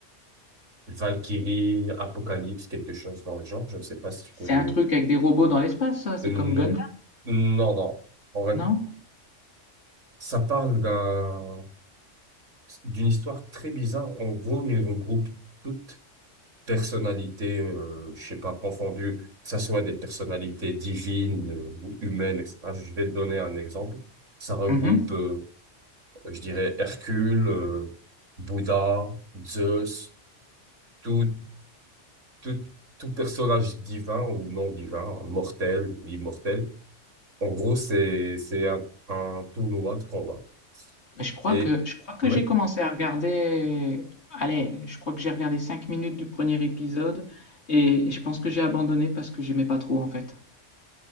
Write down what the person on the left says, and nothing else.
c'est
un truc avec des robots dans l'espace, ça, c'est
comme Gundam,
non?
Mhm.
Mais je crois
que je crois que
j'ai commencé à regarder. Allez, je crois que j'ai regardé 5 minutes du premier épisode et je pense que j'ai abandonné parce que j'aimais pas trop en fait.